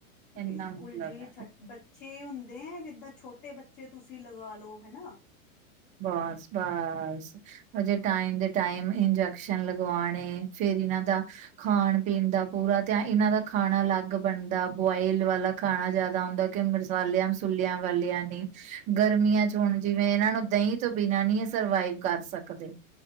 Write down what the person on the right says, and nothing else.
ਇੰਨਾ
ਮਤਲਬ
ਹੈ
ਬਾਸ ਬਾਸ। ਹਜੇ ਟਾਈਮ ਦੇ ਟਾਈਮ ਇੰਜੈਕਸ਼ਨ ਲਗਵਾਣੇ ਫਿਰ ਇਹਨਾਂ ਦਾ ਖਾਣ ਪੀਣ ਦਾ ਪੂਰਾ ਧਿਆ ਇਹਨਾਂ ਦਾ ਖਾਣਾ ਅਲੱਗ ਬਣਦਾ ਬੁਆਇਲ ਵਾਲਾ ਖਾਣਾ ਜਿਆਦਾ ਹੁੰਦਾ ਕਿ ਮਸਾਲਿਆਂ -ਮਸੂਲਿਆਂ ਵਾਲਿਆਂ ਨੀ ਗਰਮੀਆਂ 'ਚ ਹੁਣ ਜਿਵੇਂ ਇਹਨਾਂ ਨੂੰ ਦਹੀਂ ਤੋਂ ਬਿਨਾਂ ਨਹੀਂ ਇਹ ਸਰਵਾਈਵ ਕਰ ਸਕਦੇ